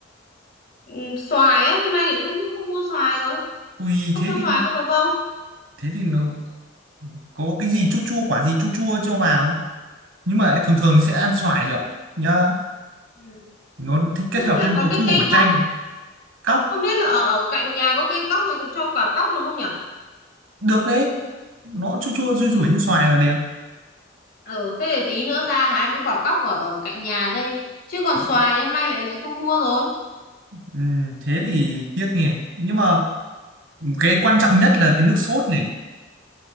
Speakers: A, on the left (about 50°); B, on the right (about 75°).
A: ừ, xoài á hôm nay lại không không mua xoài rồi
B: ui
A: không
B: thế
A: cho
B: thì
A: xoài
B: không
A: có được không
B: thế thì nó có cái gì chua chua quả gì chua chua cho vào nhưng mà thường thường sẽ ăn xoài chưa nhá
A: ừ.
B: nó thích
A: không
B: kết
A: biết
B: hợp
A: là
B: thêm
A: có
B: màu
A: cái
B: chua
A: cây
B: của
A: cóc
B: chanh cóc
A: không biết là ở, ở cạnh nhà có cây cóc này cho quả cóc được không nhỉ
B: được đấy nó chua chua rui
A: Ừ.
B: rủi như xoài là đẹp
A: ừ thế để tí nữa ra hái mấy quả cóc ở, ở cạnh nhà đây chứ còn
B: Ờ,
A: xoài thì hôm nay lại lại không mua rồi
B: ừm, thế thì tiếc nhỉ nhưng mà cái quan trọng nhất là cái nước sốt này